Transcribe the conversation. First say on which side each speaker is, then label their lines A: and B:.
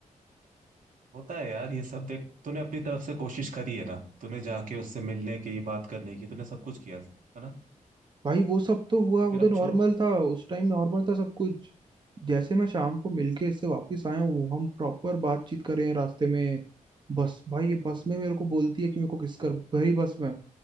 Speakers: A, on the right; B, on the right.
A: होता है यार ये सब देख तूने अपनी तरफ से कोशिश करी है ना तूने जाके उससे मिलने की बात करने की तूने सब कुछ किया है ना
B: भाई वो सब तो हुआ
A: तो
B: वो
A: फिर
B: तो
A: अब
B: नॉर्मल
A: छोड़
B: था उस टाइम नॉर्मल था सब कुछ जैसे मैं शाम को मिलके इससे वापस आया हूँ हम प्रॉपर बातचीत कर रहे हैं रास्ते में बस भाई ये
A: हाँ।
B: बस में मेरे को बोलती है कि मेरे को किस कर भाई बस में